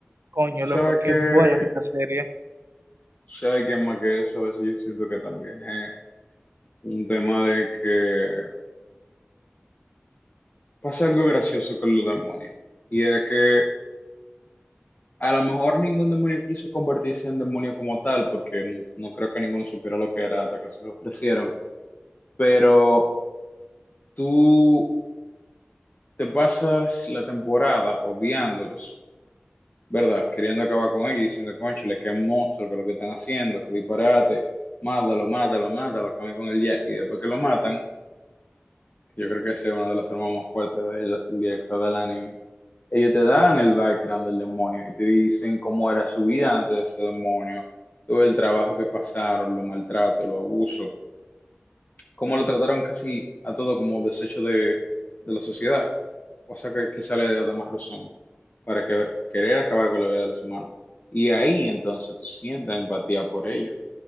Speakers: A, on the right; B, on the left.
A: coño,
B: Tú
A: loco,
B: sabes
A: qué
B: que
A: buena esta serie.
B: si hay quien más que eso, a veces yo siento que también es un tema de que pasa algo gracioso con los demonios. Y es que a lo mejor ningún demonio quiso convertirse en demonio como tal, porque n- no creo que ninguno supiera lo que era hasta que se lo ofrecieron. pero tú te pasas la temporada odiándolos, ¿verdad? Queriendo acabar con ellos, diciendo, cónchale, qué monstruo, que lo que están haciendo, que disparate, mátalo, mátalo, mátalo, acaben con él ya. Y después que lo matan, que yo creo que esa es una de las armas más fuertes del director del anime, ellos te dan el background del demonio y te dicen cómo era su vida antes de ese demonio, todo el trabajo que pasaron, los maltratos, los abusos cómo lo trataron casi a todo como desecho de, de la sociedad, cosa que quizá le da más razón para que, querer acabar con la vida de los humanos. Y ahí entonces tú sientes empatía por ellos,